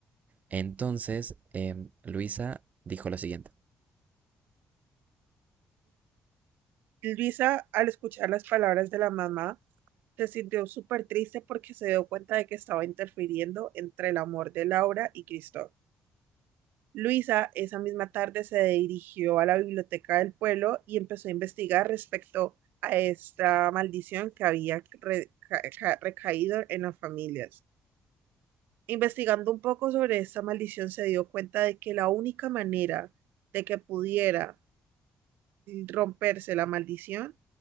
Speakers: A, on the right (about 50°); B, on the right (about 80°).
A: Entonces, em, Luisa dijo lo siguiente.
B: Luisa, al escuchar las palabras de la mamá, se sintió súper triste porque se dio cuenta de que estaba interfiriendo entre el amor de Laura y Cristóbal. Luisa esa misma tarde se dirigió a la biblioteca del pueblo y empezó a investigar respecto a esta maldición que había reca recaído en las familias. Investigando un poco sobre esta maldición se dio cuenta de que la única manera de que pudiera romperse la maldición